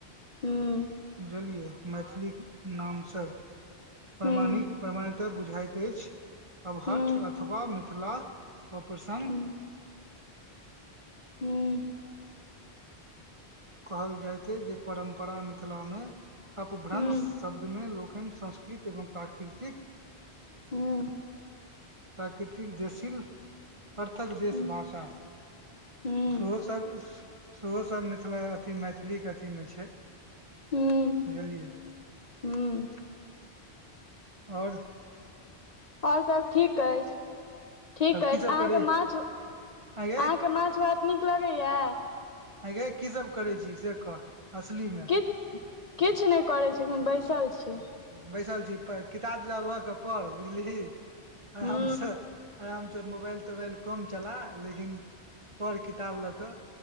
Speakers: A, on the left; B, on the right.
A: हूँ
B: बुझलियै मैथिलीक नामस प्रमाणिक
A: हूँ
B: प्रमाणित बुझाइत अछि अबहठ
A: हूँ
B: अथवा मिथिला ब प्रसन्न
A: हूँ हूँ
B: कहल जाइत जे परम्परा मिथिलामे अपभ्रंश
A: हूँ
B: शब्दमे लोकनि संस्कृत एवं प्राकृतिक
A: हूँ
B: प्राकृतिक देशील अर्थक देश
A: हूँ
B: भाषा
A: हूँ
B: सेहो सब सेहो सब मिथिला अथी मैथिलीके अथीमे छै
A: हूँ
B: बुझलियै
A: हूँ
B: आओर
A: आओर सब ठीक अछि। ठीक
B: तब
A: अछि
B: की सब
A: अहाँके
B: करी
A: माछ अहाँके
B: आँ यै
A: माछ भात नीक लगैया?
B: आय गै की सब करै छी से कह? असली मे।
A: किछ किछ नहि करै छी हम बैसल छी।
B: बैसल छीही किताब जिताब लऽ कऽ पढ़ बुझलीही। आरामसे
A: हूँ
B: आरामसे मोबाइल तोबाइल कम चला लेकिन पढ़ किताब लकऽ